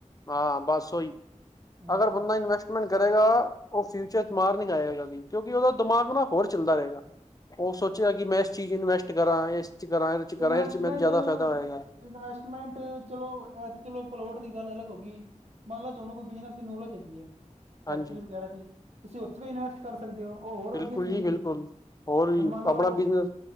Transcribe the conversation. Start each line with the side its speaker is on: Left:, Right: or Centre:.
Left: ਹਾਂ ਬਸ ਓਹੀ,
Right: ਹਾਂ
Left: ਅਗਰ ਬੰਦਾ ਇਨਵੇ ਸਟਮੈਂਟ ਕਰੇਗਾ, ਉਹ ਫਿਊਚਰ ਚ ਮਾਰ ਨੀ ਖਾਏਗਾ ਕਦੀ, ਕਿਉਂਕਿ ਉਹਦਾ ਦਿਮਾਗ ਨਾ ਹੋਰ ਚੱਲਦਾ ਰਹੇਗਾ। ਉਹ ਸੋਚਗਾ ਕਿ ਮੈਂ ਇਸ ਚੀਜ਼ ਚ ਇਨਵੈਸਟ ਕਰਾਂ, ਇਸ ਚ ਕਰਾਂ, ਇਹਦੇ ਚ ਕਰਾਂ,
Right: ਇਨਵੈਸਟਮੈਂਟ
Left: ਇਹਦੇ ਚ ਮੈਨੂੰ ਜ਼ਿਆਦਾ ਫਾਇਦਾ ਹੋਏਗਾ।
Right: ਇਨਵੈਸਟਮੈਂਟ ਚਲੋੱ, ਚਲੋ ਪਲੋਟ ਦੀ ਗੱਲ ਅਲੱਗ ਹੋ ਗਈ ਮੰਨ ਲੋ ਤੁਹਾਨੂੰ ਕੋਈ ਬਿਜਨਸ ਦੀ ਨੌਲੇਜ ਹੈਗੀ,
Left: ਹਾਂਜੀ
Right: ਫੈਕਟਰੀ ਵਗੈਰਾ ਦੀ ਤੁਸੀਂ ਵੀ ਇਨਵੈਸਟ ਕਰ ਸਕਦੇ ਹੋ, ਉਹ ਹੋਰ
Left: ਬਿਲਕੁਲ
Right: ਵਧੀਆ ਚੀਜ਼,
Left: ਜੀ ਬਿਲਕੁਲ ਹੋਰ ਵੀ
Right: ਹੁਣ ਮੰਨ ਲਓ
Left: ਆਪਣਾ ਬਿਜਨਸ